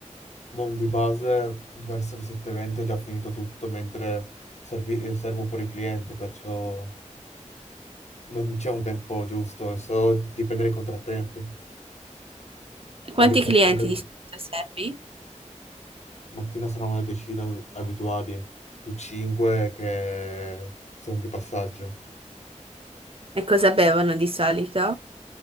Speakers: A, on the left; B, on the right.
A: Boh, di base verso le 7.20 ho già finito tutto mentre servi- eh, servo pure il cliente, perciò non c'è un tempo giusto e so dipende dai contrattempi.
B: E quanti
A: Ma di base
B: clienti
A: credo
B: di solito servi?
A: mattina saranno una decina abituali, più 5 che sono di passaggio.
B: E cosa bevono di solito?